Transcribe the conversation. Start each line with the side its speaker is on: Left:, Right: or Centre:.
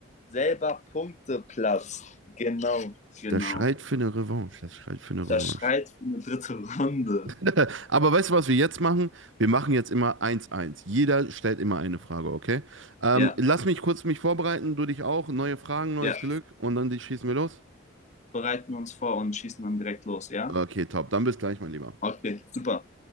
Left: selber Punkteplatz. Genau, genau.
Right: Das schreit für eine Revanche. Das schreit für eine Revanche.
Left: Das schreit für eine dritte Runde.
Right: <laughs> Aber weißt du, was wir jetzt machen? Wir machen jetzt immer eins eins. Jeder stellt immer eine Frage, okay? Ähm,
Left: Ja,
Right: lass mich kurz mich vorbereiten, du dich auch. Neue Fragen, neues
Left: ja.
Right: Glück und dann die- schießen wir los.
Left: Bereiten wir uns vor und schießen dann direkt los, ja?
Right: Okay, top. Dann bis gleich, mein Lieber.
Left: Okay, super.